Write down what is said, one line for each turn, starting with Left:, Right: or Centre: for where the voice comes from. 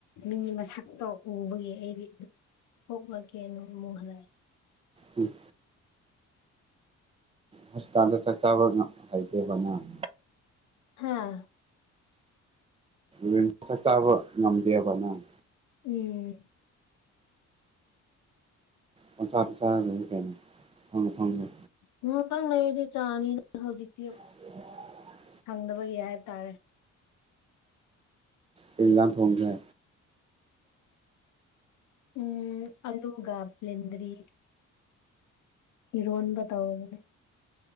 Left: ꯃꯤ ꯃꯁꯛꯇꯣ ꯎꯕꯒꯤ ꯑꯩꯗꯤ ꯊꯣꯛꯂꯛꯀꯦꯅ ꯑꯃꯨꯛ ꯍꯦꯜꯂꯦ
Right: ꯎꯝ ꯍꯣꯁꯄꯤꯇꯥꯜꯗ ꯆꯥꯛ ꯆꯥꯕ ꯉꯥ ꯍꯩꯇꯦꯕ ꯅꯪ
Left: ꯍꯥꯥ
Right: ꯔꯤꯝꯁꯇꯥ ꯆꯥꯕ ꯉꯝꯗꯦꯕ ꯅꯪ
Left: ꯎꯝ
Right: ꯄꯟꯆꯥ ꯆꯥꯗ꯭ꯔꯗꯤ ꯀꯩꯅꯣ ꯑꯐꯪ ꯑꯐꯪꯕ
Left: ꯉꯍꯥꯛꯇꯪ ꯂꯩꯔꯗꯤ ꯆꯥꯅꯤ ꯍꯧꯖꯤꯛꯇꯤ
Right: <inaudible>
Left: ꯈꯪꯗꯕꯒꯤ ꯍꯥꯏꯕꯇꯥꯔꯦ
Right: ꯀꯩ ꯍꯦꯟꯖꯥꯡ ꯊꯣꯡꯈꯔꯦ
Left: ꯎꯝ ꯑꯜꯂꯨꯒ ꯕ꯭ꯂꯦꯟꯗꯔꯤ ꯏꯔꯣꯟꯕ ꯇꯧꯕꯅꯦ